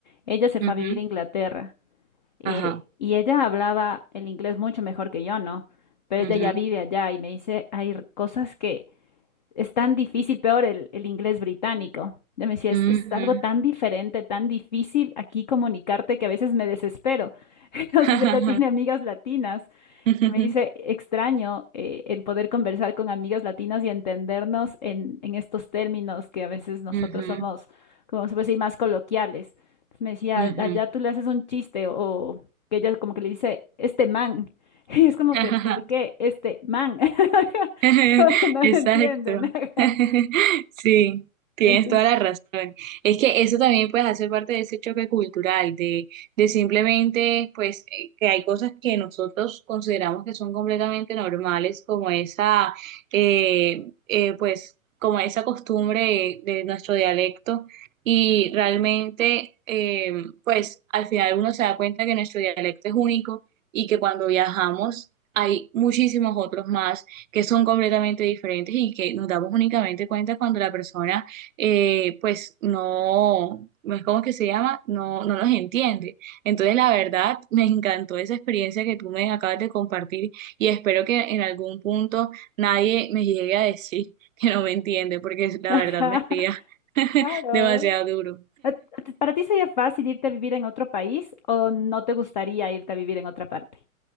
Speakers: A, on the left; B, on the right.
A: ella se
B: Ujú,
A: fue a vivir a Inglaterra. Eh,
B: Ajá.
A: y ella hablaba el inglés mucho mejor que yo, ¿no? Pero
B: ujú,
A: ella ya vive allá y me dice, hay r- cosas que es tan difícil, peor el, el inglés británico. Ella me decía, es,
B: ujú,
A: es algo tan diferente, tan difícil aquí comunicarte que a veces me desespero. <laughs> No
B: <laughs>
A: sé si ella tiene amigas latinas,
B: ujú,
A: que me dice, extraño eh, el poder conversar con amigas latinas y entendernos en, en estos términos que a veces nosotros
B: ujú,
A: somos, como se puede decir, más coloquiales. Entonces me decía,
B: ujú,
A: allá tú le haces un chiste o que ella como que le dice, este man. <laughs> Y es como
B: <laughs>
A: que, ¿por qué este man? <laughs>
B: <laughs>
A: Porque no
B: Exacto.
A: lo entienden. <laughs> ajá.
B: <laughs> Sí, tienes
A: Entonces,
B: toda la razón. Es que eso también pues hace parte de ese choque cultural, de, de simplemente pues eh, que hay cosas que nosotros consideramos que son completamente normales, como esa eh, eh, pues como esa costumbre de, de nuestro dialecto y realmente eh, pues al final uno se da cuenta que nuestro dialecto es único y que cuando viajamos hay muchísimos otros más que son completamente diferentes y que nos damos únicamente cuenta cuando la persona, eh, pues no, no es como que se llama, no, no nos entiende. Entonces, la verdad, me encantó esa experiencia que tú me acabas de compartir y espero que en algún punto nadie me llegue a decir <laughs> que no me entiende, porque la
A: ajá,
B: verdad me haría <laughs>
A: claro.
B: demasiado duro.
A: ¿A- a ¿Para ti sería fácil irte a vivir en otro país o no te gustaría irte a vivir en otra parte?